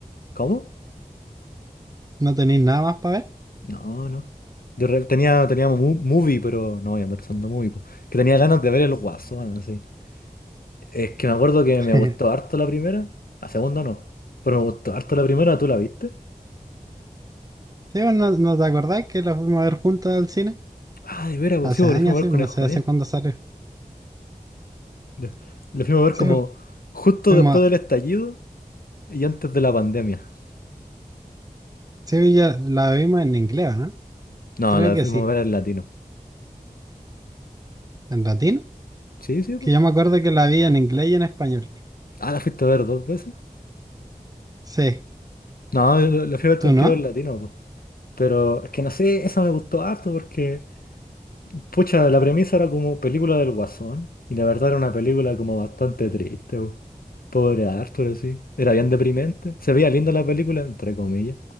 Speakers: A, on the left (about 80°); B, on the right (about 25°).
A: ¿Cómo?
B: ¿No tenéis nada más para
A: No, no. De re- Tenía, tenía mu- movie, pero no voy a pensando movie, po. Que tenía ganas de ver el Guasón, así. Es que me acuerdo que me
B: ver?
A: gustó
B: <laughs>
A: harto la primera, la segunda no, pero me gustó harto la primera, ¿tú la viste?
B: Sí, vos ¿no, no te acordás que la fuimos a ver juntos al cine?
A: Ah, de veras, pues
B: Hace
A: sí, pues,
B: años,
A: lo fuimos
B: sí,
A: a ver con
B: no
A: el Juanín.
B: sé hace cuándo salió.
A: Lo lo fuimos a ver
B: Sí,
A: como
B: vos,
A: justo
B: fuimos-
A: después del estallido y antes de la pandemia.
B: sí, ya la vimos en inglés, ¿no?
A: No,
B: Creo
A: la
B: que
A: fuimos
B: sí.
A: a ver en latino.
B: ¿En latino?
A: Sí, sí, po.
B: Que yo me acuerdo que la vi en inglés y en español.
A: Ah, la fuiste a ver dos veces.
B: Sí,
A: No, yo la la fui a ver
B: ¿tú
A: contigo
B: no?
A: en latino, po. Pero es que no sé, esa me gustó harto porque Pucha, la premisa era como película del Guasón, y la verdad era una película como bastante triste, po. Pobre Arthur, así. Era bien deprimente. Se veía linda la película, entre comillas.